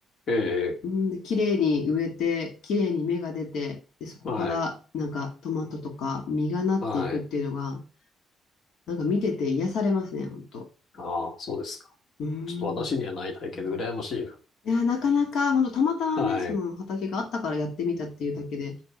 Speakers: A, on the left (about 45°); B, on the left (about 75°).
A: ええ、
B: うん、で、きれいに植えて、きれいに芽が出て、で、そこからなんかトマトとか実がなっていくっていうのが、
A: はい。はい。
B: なんか見てて癒されますね、本当。
A: ああ、そうですか。
B: うん。
A: ちょっと私にはない体験で羨ましいな。
B: いや、なかなか、本当たまたまね、
A: はい。
B: その畑があったからやってみたっていうだけで、